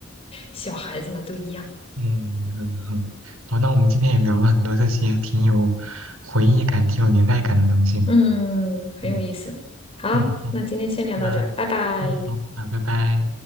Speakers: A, on the left; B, on the right.
A: 小孩子嘛都一样，
B: 嗯嗯嗯，<laughs> 好，那我们今天也聊了很多这些挺有回忆感、挺有年代感的东西呢
A: 嗯，很有意思。
B: 嗯。
A: 好，
B: 嗯，好，
A: 那今天先聊到这儿，
B: 那
A: 拜拜。
B: 嗯好，那拜拜。